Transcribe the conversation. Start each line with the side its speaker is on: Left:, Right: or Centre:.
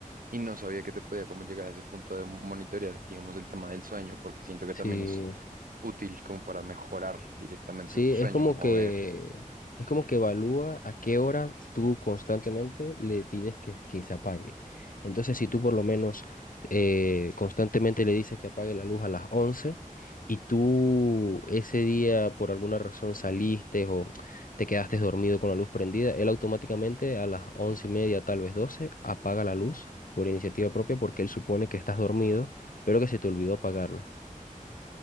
Right: y no sabía que te podía como llegar a ese punto de monitorear, digamos, el tema del sueño, porque siento que
Left: Sí.
Right: también es útil como para mejorar directamente
Left: Sí,
Right: tu
Left: es
Right: sueño,
Left: como
Right: como
Left: que
Right: ver,
Left: es como que evalúa a qué hora tú constantemente le pides que, que se apague. Entonces, si tú por lo menos eh, constantemente le dices que apague la luz a las 11 y tú ese día por alguna razón saliste o te quedaste dormido con la luz prendida, él automáticamente a las 11 y media, tal vez doce apaga la luz por iniciativa propia porque él supone que estás dormido, pero que se te olvidó apagarla.